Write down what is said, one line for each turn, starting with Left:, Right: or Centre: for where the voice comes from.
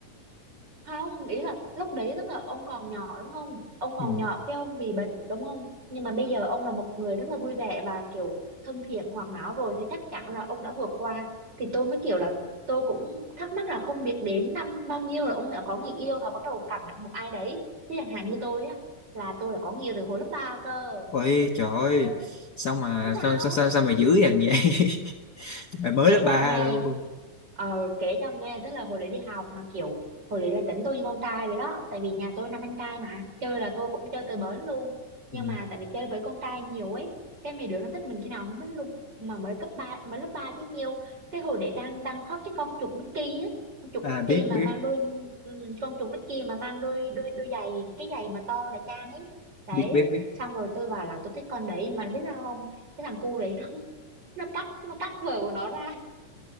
Right: không ý là lúc đấy tức là ông còn nhỏ đúng không ông còn
Left: <laughs> Ừ.
Right: nhỏ cái ông bị bệnh đúng không nhưng mà bây giờ ông là một người rất là vui vẻ và kiểu thân thiện hoạt náo rồi thì chắc chắn là ông đã vượt qua thì tôi mới kiểu là tôi cũng thắc mắc là không biết đến năm bao nhiêu là ông đã có người yêu hoặc bắt đầu cằn nhằn một ai đấy chứ chẳng hạn như tôi á là tôi là có người yêu từ hồi lớp 3 cơ
Left: Ôi trời ơi,
Right: ghê
Left: sao mà
Right: chứ sao
Left: sao sao sao, sao mà dữ dằn vậy? <laughs> Mày mới
Right: kể
Left: lớp
Right: cho
Left: 3
Right: nghe
Left: luôn.
Right: ờ kể cho nghe tức là hồi để đi học mà kiểu hồi để là tính tôi như con trai vậy đó tại vì nhà tôi năm anh trai mà chơi là tôi cũng chơi tới bến luôn nhưng
Left: Ừ.
Right: mà tại vì chơi với con trai nhiều ấy cái mấy đứa nó thích mình khi nào không biết luôn mà mới cấp 3, mới lớp 3 chứ nhiều cái hồi để đang đang hot cái con chuột Mickey á con chuột
Left: À
Right: Mickey
Left: biết
Right: mà
Left: biết
Right: mang đôi ừm, con chuột Mickey mà mang đôi đôi đôi giày cái giày mà to đại trang ấy đấy
Left: biết biết biết.
Right: xong rồi tôi bảo là tôi thích con đấy mà biết sao không cái thằng cu đấy nó <laughs> nó cắt nó cắt vợ của nó ra